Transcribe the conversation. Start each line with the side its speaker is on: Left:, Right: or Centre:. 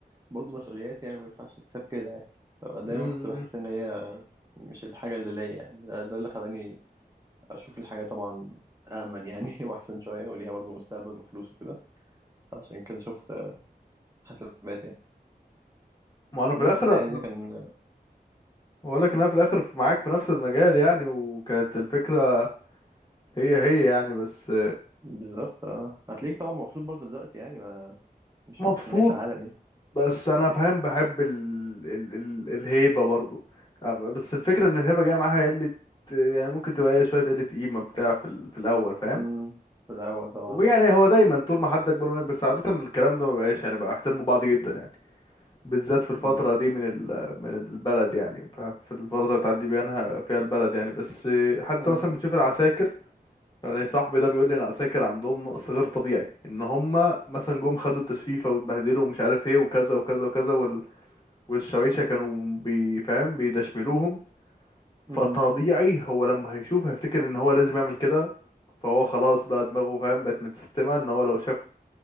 Right: برضه مسؤوليات يعني ما ينفعش تتساب كده يعني فدايما
Left: مم.
Right: كنت بحس ان هي مش الحاجه اللي ليا يعني ده, ده اللي خلاني اشوف الحاجه طبعا امن يعني <laughs> واحسن شويه وليها برضه مستقبل وفلوس وكده عشان كده شفت حسابات يعني
Left: ما انا في
Right: بس
Left: الاخر
Right: يعني ده كان
Left: بقول لك ان انا في الاخر في- معاك في نفس المجال يعني وكانت الفكره هي هي يعني بس
Right: بالظبط اه هتلاقيك طبعا مبسوط برضه دلوقتي يعني ما مش
Left: مبسوط
Right: مش نهايه العالم يعني
Left: بس انا فاهم بحب ال... ال... ال... الهيبه برضو يعني بس الفكره ان الهيبه جايه معاها قله يعني ممكن تبقى إيه شويه قله قيمه بتاع في, ال... في الاول فاهم
Right: امم في الاول طبعا
Left: ويعني
Right: اه
Left: هو دايما طول ما حد اكبر منك بس عاده الكلام ده ما بقاش يعني بقى احترموا بعض جدا يعني بالذات في الفتره
Right: امم
Left: دي من ال... من البلد يعني ف- في الفتره اللي تعدي بينها فيها البلد يعني بس آه، حتى
Right: اه
Left: مثلا بتشوف العساكر يعني صاحبي ده بيقول لي ان العساكر عندهم نقص غير طبيعي ان هم مثلا جم خدوا التشريفه واتبهدلوا ومش عارف ايه وكذا وكذا وكذا والشوايشة كانوا بيفهم بيدشملوهم فطبيعي
Right: امم
Left: هو لما هيشوف هيفتكر ان هو لازم يعمل كده فهو خلاص بقى دماغه فاهم بقت متسيستمة ان هو لو شاف